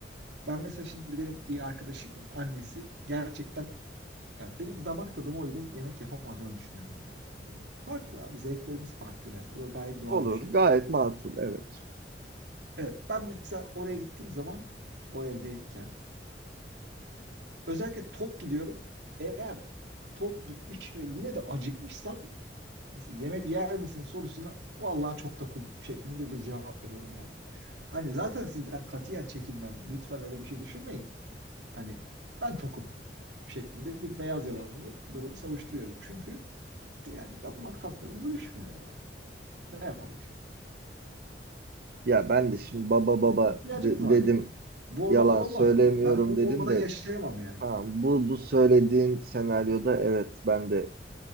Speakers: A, on the right; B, on the right.
A: Ben mesela şimdi benim bir arkadaşımın annesi gerçekten ya benim damak tadıma uygun yemek yapamadığını düşünüyorum yani. Anladın mı? Farklı abi. Zevklerimiz farklı yani. Bu da gayet
B: <laughs>
A: doğal
B: Olur.
A: bir şey.
B: Gayet makul. Evet.
A: Evet ben mesela oraya gittiğim zaman o evdeyken Özellikle tok gidiyorum. Eğer tok gitmiş ve yine de acıkmışsam mesela yemek yer misin sorusuna vallahi çok tokum şeklinde bir cevap veriyorum yani. Hani zaten sizden katiyen çekinmem. Lütfen öyle bir şey düşünmeyin. Hani ben tokum şeklinde bir beyaz yalanlı durumu savuşturuyorum. Çünkü yani damak tatlarımız uyuşmuyor yani. Ne yapalım şimdi?
B: Ya ben de şimdi baba
A: Buna
B: baba
A: ihtiyacımız
B: de-
A: var
B: dedim.
A: yani. Bu olmadan
B: Yalan
A: olmaz.
B: söylemiyorum
A: Bu- ben bu
B: dedim
A: olmadan
B: de
A: yaşayamam yani.
B: tamam bu bu söylediğin senaryoda evet ben de